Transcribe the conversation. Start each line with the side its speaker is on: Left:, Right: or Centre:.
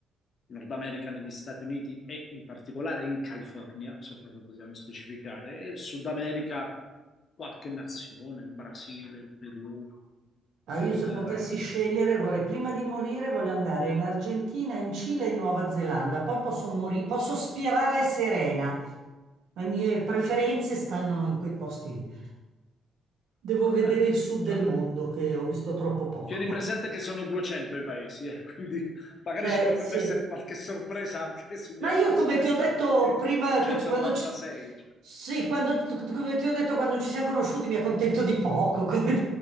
Left: Nord America negli Stati Uniti e in particolare in California, se proprio vogliamo specificare, e il Sud America qualche nazione, il Brasile, il Perù,
Right: Ah, io se
Left: eh,
Right: potessi scegliere vorrei, prima di morire, voglio andare in Argentina, in Cile e in Nuova Zelanda, poi posso morire, posso spirare serena. Le mie preferenze stanno in quei posti lì. Devo vedere
Left: eh,
Right: il sud
Left: certo.
Right: del mondo, che ho visto troppo poco.
Left: Tieni presente
Right: <laughs>
Left: che sono 200 i paesi, eh, quindi magari
Right: Eh,
Left: ci potrebbe
Right: sì.
Left: essere qualche sorpresa anche sugli
Right: Ma
Left: altri,
Right: io, come
Left: sui restanti
Right: ti ho detto prima,
Left: 196.
Right: quando ci, sì, quando, come ti ho detto, quando ci siamo conosciuti mi accontento di poco, <laughs> quindi